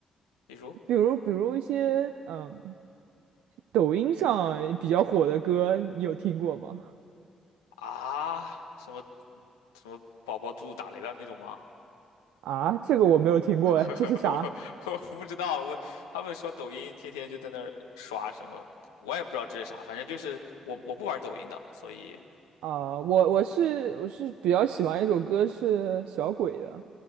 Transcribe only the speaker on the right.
比如比如一些嗯，抖音上比较火的歌，你有听过吗？
啊，这个我没有听过哎，
这是啥？
啊，我我是我是比较喜欢一首歌是小鬼的，